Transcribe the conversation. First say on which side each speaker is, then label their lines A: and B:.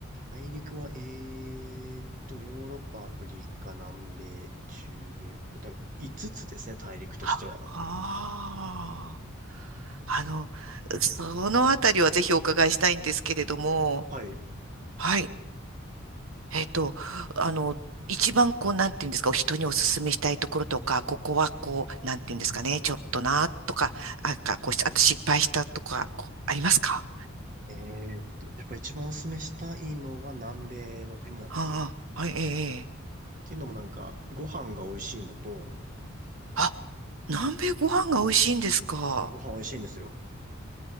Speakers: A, on the right; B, on the right.
A: 大陸は、えーっと、ヨーロッパ、アフリカ、南米、中米、だ、5つつですね、大陸としては。
B: はあああの、そのあたりはぜひお伺いしたいんですけれども、
A: はい。
B: はい。えっと、あの、一番こう、なんていうんですか、人にお勧めしたいところとか、ここはこう、なんていうんですかね、ちょっとな、とか、あ、か、こうし、あと失敗したとか、こうありますか
A: えーっと、やっぱ一番おすすめしたいのは南米の国なんですよ。
B: ああ、
A: っ
B: はい、ええ、ええ
A: ていうのもなんか、ご飯が美味しいのと、
B: あ、南米ご飯が美味しいんですか。
A: ご飯美味しいんですよ。